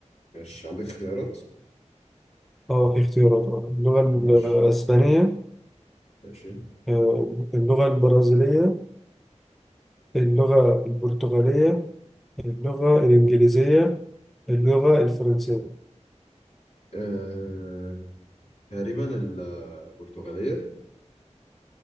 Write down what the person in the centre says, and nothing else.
اه في اختيارات آه، اللغة الأسبانية
آه، اللغة البرازيلية اللغة البرتغالية اللغة الإنجليزية اللغة الفرنسية